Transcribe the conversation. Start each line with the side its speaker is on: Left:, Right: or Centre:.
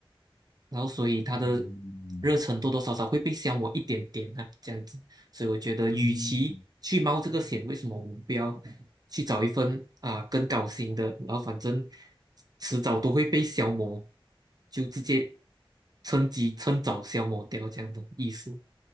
Right: 然后，所以他的
Left: 嗯
Right: 热忱多多少少会被消磨一点点啊，这样子。所以我觉得，
Left: 嗯嗯。
Right: 与其去冒这个险，为什么我们不要去找一份啊更高兴的？然后反正迟早都会被消磨，就直接趁机趁早消磨掉这样的意思。